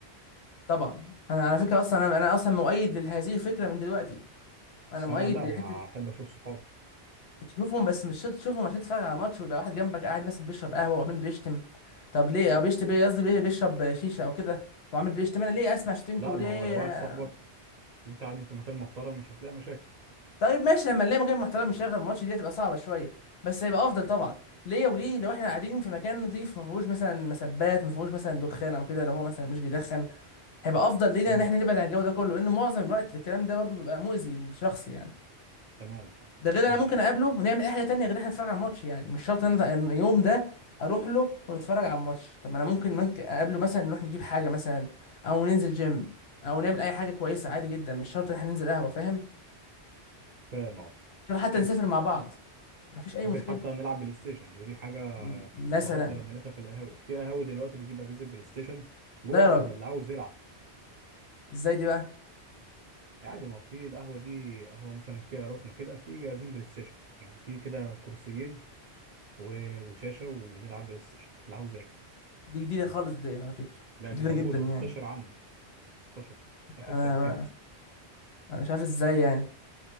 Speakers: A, on the left; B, on the right.
A: طبعا انا على فكره اصلا انا انا اصلا مؤيد لهذه الفكره من دلوقتي انا
B: بس
A: مؤيد
B: أنا لأ
A: لحته
B: أنا أحب أشوف صحابي
A: تشوفهم بس مش شرط تشوفهم عشان تتفرج على ماتش ويبقى واحد جنبك قاعد مثلا بيشرب قهوه وعمال بيشتم طب ليه او بيشتم ايه قصدي بيه- بيشرب شيشه او كده وعمال بيشتم انا ليه اسمع شتمته
B: لأ
A: وليه
B: ما هو لو واحد صاحبك وأنت قاعد في مكان محترم مش هتلاقي مشاكل
A: طيب ماشي لما نلاقي مكان محترم يشغل الماتش دي هتبقى صعبة شوية بس هيبقى أفضل طبعا ليه وليه لو احنا قاعدين في مكان نضيف ما فيهوش مثلا مسبات ما فيهوش مثلا دخان او كده لو هو مثلا مش بيدخن هيبقى افضل لينا
B: تمام
A: ان احنا نبعد عن الجو ده كله لان معظم الوقت الكلام ده برضه بيبقى مؤذي للشخص يعني
B: تمام آه،
A: ده غير
B: ماشي
A: انا ممكن اقابله ونعمل اي حاجه تانية غير إن احنا نتفرج على الماتش يعني مش شرط ان أنا اليوم ده اروح له ونتفرج على الماتش طب ما انا ممكن ممكن اقابله مثلا نروح نجيب حاجه مثلا او ننزل جيم او نعمل اي حاجه كويسه عادي جدا مش شرط ان احنا ننزل قهوه فاهم
B: فاهم أه
A: مش شرط حتى
B: ماشي
A: نسافر مع بعض مفيش اي
B: ممكن
A: مشكله
B: حتى نلعب بلاي ستيشن ودي حاجة
A: م- مثلا
B: استغربت لما لقيتها في القهاوي في قهاوي دلوقتي بتجيب أجهزة بلاي ستيشن جوه
A: لا يا
B: القهوة
A: راجل
B: اللي عاوز يلعب
A: ازاي دي بقى
B: عادي ما هو في القهوة دي قهوة مثلا فيها ركن كده في جهازين بلاي ستيشن يعني في كده كرسيين و- وشاشة ونلعب بلاي ستيشن اللي عاوز يلعب
A: دي جديده خالص ديت على فكره
B: لا
A: جديده
B: دي موجودة
A: جدا يعني
B: منتشرة عندي انتشرت آخر
A: انا
B: سنتين مثلا
A: انا مش عارف ازاي يعني